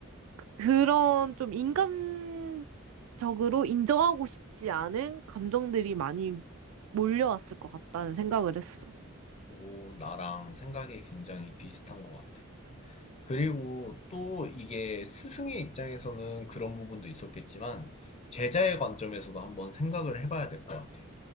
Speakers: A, on the right (about 75°); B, on the left (about 30°).
A: 그런 좀 인간적으로 인정하고 싶지 않은 감정들이 많이 몰려왔을 것 같다는 생각을 했어.
B: 오, 나랑 생각이 굉장히 비슷한 것 같아. 그리고 또 이게 스승의 입장에서는 그런 부분도 있었겠지만 제자의 관점에서도 한번 생각을 해봐야 될 것 같아.